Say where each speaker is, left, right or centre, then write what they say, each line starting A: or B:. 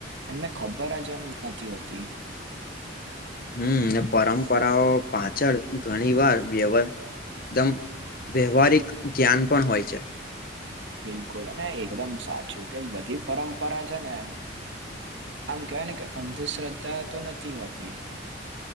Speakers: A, on the right; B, on the left.
A: એમને ખબર જ એમ નથી હોતી
B: હમ પરંપરાઓ પાછળ ઘણી વાર વ્યવ એકદમ વ્યવહારિક જ્ઞાન પણ હોય છે
A: બિલકુલ અને એકદમ સાચું કે બધી પરંપરા છે ને આમ કેવાય ને કે અંધશ્રદ્ધા તો નથી હોતી